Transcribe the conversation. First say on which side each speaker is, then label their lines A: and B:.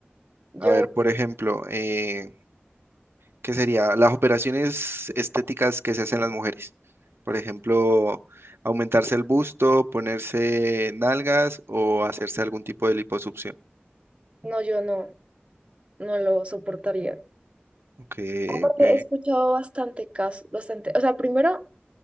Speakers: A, on the right; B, on the right.
A: yo,
B: A ver, por ejemplo, eh, ¿qué sería? Las operaciones estéticas que se hacen las mujeres. Por ejemplo, aumentarse el busto, ponerse nalgas o hacerse algún tipo de liposucción.
A: no, yo no, no lo soportaría.
B: Ok,
A: Aparte,
B: ok.
A: he escuchado bastante casos, bastante. O sea, primero,